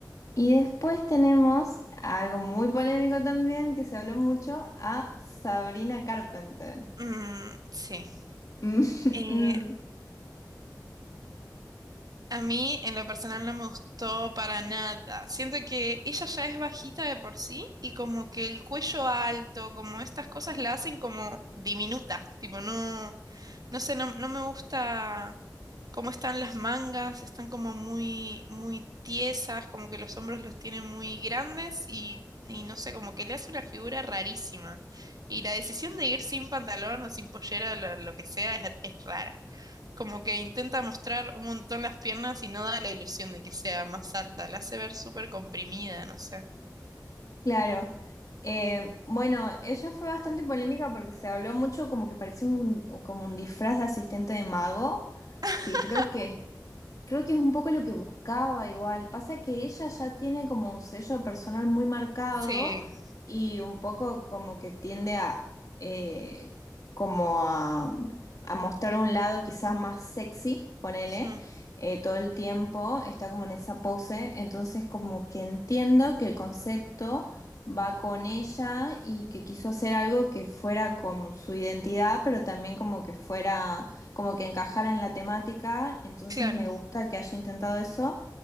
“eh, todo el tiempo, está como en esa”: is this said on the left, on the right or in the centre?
Left